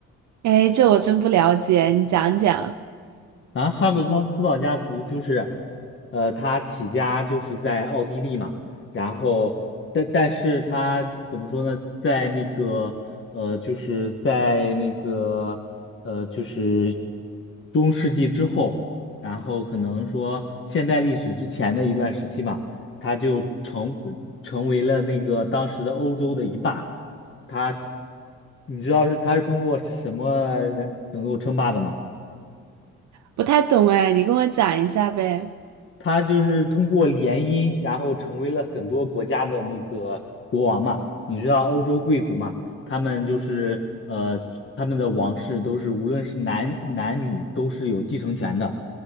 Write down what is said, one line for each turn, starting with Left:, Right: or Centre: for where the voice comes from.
Right: 哎，这我真不了解，你讲讲。
Left: 啊，哈布斯斯堡家族就是，呃，他起家就是在奥地利嘛，然后但但是他怎么说呢，在那个呃，就是在那个呃，就是中世纪之后，然后可能说现代历史之前的一段时期嘛，他就成成为了那个当时的欧洲的一霸，他你知道是他是通过什么人能够称霸的吗？
Right: 不太懂哎，你跟我讲一下呗。
Left: 他就是通过联姻，然后成为了很多国家的那个国王嘛。你知道欧洲贵族嘛，他们就是呃，他们的王室都是无论是男男女都是有继承权的，